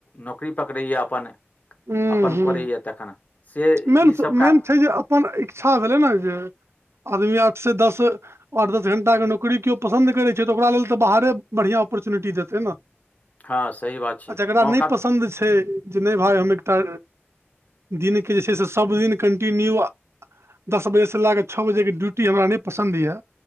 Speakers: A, on the left; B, on the right.
A: नौकरी पकड़ैए अपन।
B: हूँ
A: अपन
B: हूँ।
A: करैये तखन से
B: मेन
A: ईसभ काज
B: मेन छै जे अपन इच्छा भेलै ने जे आदमी आठ से दस आठ दस घंटाके नौकरी केओ पसन्द करैत छै तऽ ओकरा लेल तऽ बाहरे बढ़िआँ ऑपर्चुनिटी देतै ने
A: हँ सही बात छै
B: आ जकरा
A: मौका
B: नहि पसन्द छै जे नहि भाय हम एकटा दिनके जे छै से सभदिन कन्टिन्यू दस बजेसँ लए कऽ छओ बजेके ड्यूटी हमरा नहि पसन्द ये